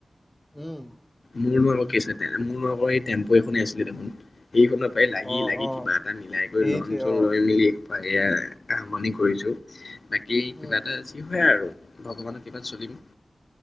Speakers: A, in the centre; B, on the left (about 55°).
A: উম।
B: মোৰ ল আৌ মোৰ আৌ এই টেম্পু এখনেই আছিলে তোন সেই সময় পায় লাগি
A: অ
B: লাগি
A: অ
B: কিবা এটা মিলাই কৰি
A: সেইটোৱে
B: লন চন
A: অ
B: লৈ মেলি এইয়া আৰম্ভনি কৰিছো। এই কিবা
A: উম
B: এটা, যি হয় আৰু, ভগৱানৰ কৃপাত চলিম